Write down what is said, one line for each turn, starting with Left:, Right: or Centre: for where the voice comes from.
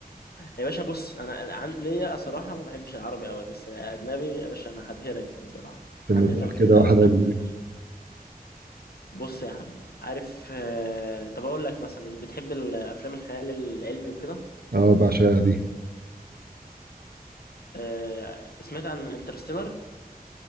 Left: يا باشا بص انا عن... ليا صراحة ما بحبش العربي قوي بس اجنبي يا باشا انا هبهرك فيه صراحة
Right: لما
Left: عندي
Right: تقول
Left: افلام
Right: كده
Left: كتير
Right: واحد
Left: قوي جامدة
Right: اجنبي
Left: فشخ بص يا عم عارف آه، طب اقول لك مثلا بتحب الافلام الخيال العلمي وكده
Right: اه بعشقها دي
Left: آه، سمعت عن انترستيلر